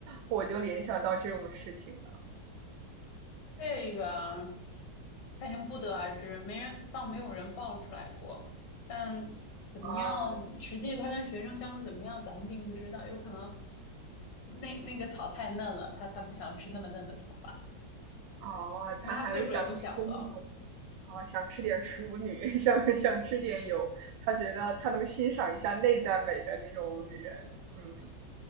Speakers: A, on the right; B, on the left.
A: 我就联想到这种事情了
B: 这个反正不得而知，没人，倒没有人爆出来过。但怎么样，
A: 啊，
B: 实际他跟学生相处怎么样，咱们并不知道，有可能。那那个草太嫩了，他他不想吃那么嫩的草吧，
A: 哦，
B: 因为他岁数也不小了。
A: 他还是想吃那种啊，想吃点淑女，想想吃点有，他觉得他能欣赏一下内在美的那种女人，嗯。